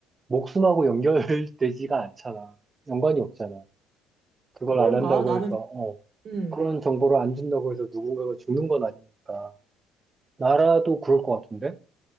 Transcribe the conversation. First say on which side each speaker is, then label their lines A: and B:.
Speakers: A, on the right; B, on the right.
A: 목숨하고 연결되지가 <laughs> 않잖아. 연관이 없잖아. 그걸
B: 그런가?
A: 안 한다고
B: 나는,
A: 해서, 어,
B: 음,
A: 그런 정보를 안 준다고 해서 누군가가 죽는 건 아니니까. 나라도 그럴 것 같은데?